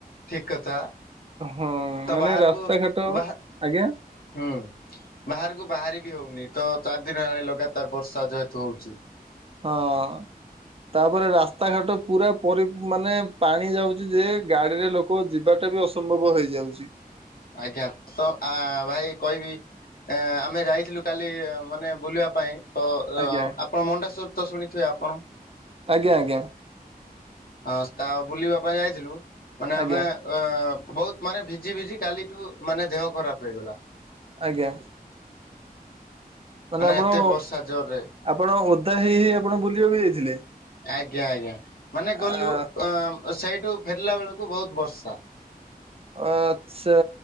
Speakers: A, on the left; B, on the right.
A: ଠିକ କଥା।
B: ହଁ
A: ତ
B: ମାନେ
A: ବାହାରକୁ
B: ରାସ୍ତାଘାଟ
A: ବାଃ
B: ଆଜ୍ଞା
A: ହୁଁ ବାହାରକୁ ବାହାରି ବି ହଉନି ତ ଚାରଦିନି ହେଲାଣି ଲଗାତାର ବର୍ଷା ଯେହେତୁ ହଉଛି।
B: ହଁଅ ତାପରେ ରାସ୍ତାଘାଟ ପୁରା ପରି ମାନେ ପାଣି ଯାଉଛି ଯେ ଗାଡିରେ ଲୋକ କୋଉ ଯିବାଟା ବି ଅସମ୍ଭବ ହେଇଯାଉଛି।
A: ଆଜ୍ଞା ତ ଆ ଭାଇ କହିବି ଏ ଆମେ ଯାଇଥିଲୁ କାଲି ମାନେ ବୁଲିବା ପାଇଁ ତ ଅ
B: ଆଜ୍ଞା
A: ଆପଣ ମଣ୍ଡାସରତ ଶୁଣିଥିବେ ଆପଣ
B: ଆଜ୍ଞା ଆଜ୍ଞା
A: ହଁ ସ୍ତା ତା ବୁଲିବା ପାଇଁ ଯାଇଥିଲୁ ମାନେ
B: ଆଜ୍ଞା
A: ଆମେ ଅ ବହୁତ ମାନେ ଭିଜି ଭିଜି କାଲିଠୁ ମାନେ ଦେହ ଖରାପ ହେଇଗଲା।
B: ଆଜ୍ଞା ମାନେ ଆପଣ
A: ଏତେ ବର୍ଷା ଜୋରରେ
B: ଆପଣ ଓଦା ହେଇ ହେଇ ଆପଣ ବୁଲିବାକୁ ଯାଇଥିଲେ।
A: ଆଜ୍ଞା ଆଜ୍ଞା ମାନେ
B: ଆ
A: ଗଲୁ ଅ- ସେଇଠୁ ଫେରିଲା ବେଳକୁ ବହୁତ୍ ବର୍ଷା
B: ଆଛା